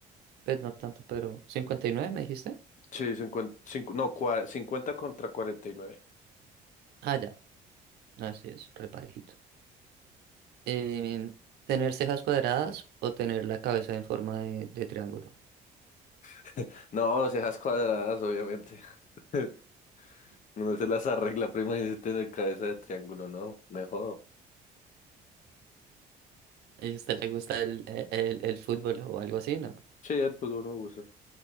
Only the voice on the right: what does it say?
Pues no tanto, pero 59 me dijiste.
Ah, ya. Así es, reparejito. Eh, ¿tener cejas cuadradas o tener la cabeza en forma de, de triángulo?
¿Y a usted le gusta el, el, el- el fútbol o algo así, no?